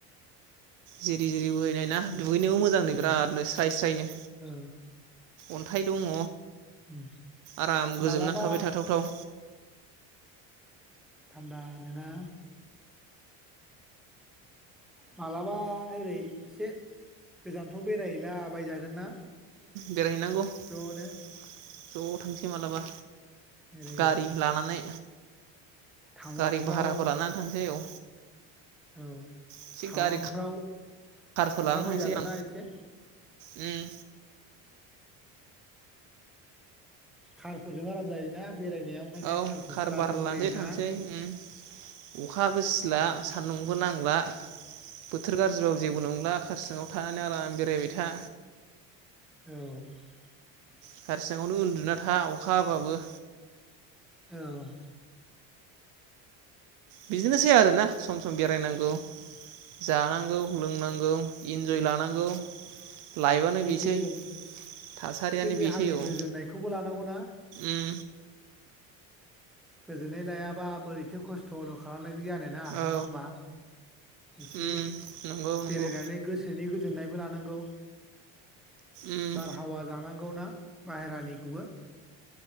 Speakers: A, on the right; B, in the centre.
A: जिरि जिरि बोहै नाय ना
B: उम
A: दुगैनोबो मोजांनो
B: उम
A: बिरादनो स्राय स्रायनो
B: ओ
A: अन थाय दङ
B: उम
A: आराम गोजोमना
B: मालाबा
A: थाबाय थाथावथाव
B: थान्दा नोना मालाबा ओरै इसे गोजानफ्राव बेरायहैला बायजागोन ना
A: बेरायहैनांगौ ज'
B: ज'नो
A: थांसै मालाबा
B: ओरै
A: गारि लानानै
B: टावांफ्राव
A: गारि भाराफोर लानानै थांसै औ
B: औ
A: एसे
B: थावांफ्राव
A: गारि कारफोर
B: थांलाबायजागोनना
A: लानानै थांसै आं
B: इसे
A: उम
B: खारफोरजों आराम जायोना बेरायनायाव ओंखायनो
A: औ
B: कारखौसो
A: खारबार
B: लानांगौलै
A: लादो थांसै
B: ना
A: ओम अखाबो सिला
B: ओ
A: सान्दुंबो नां ला बोथोर गाज्रिबाबो जेबो नंला खार सिङाव थानानै आराम बेरायबाय था
B: औ
A: खारसिङावनो उन्दुना था अखा हाबाबो
B: औ
A: बिदिनोसै आरोना सम सम बेरायनांगौ जानांगौ लोंनांगौ इन्जय लानांगौ लाइभआनो
B: एसे
A: बिसै
B: गोजोन
A: थासारियानो
B: एसे देहानि
A: बिसै औ
B: गोजोननायखौबो लानांगौना
A: ओम
B: गोजोन्नाय लायाबा बोरैथो खस्थल खालामनाय बि आरो ना
A: औ
B: नङा ओमबा इसे
A: उम नंगौ नंगौ
B: बेरायनानै गोसोनि गो दोननायबो लानांगौ
A: उम
B: बारहावा जानांगौना बाहेरानिखौबो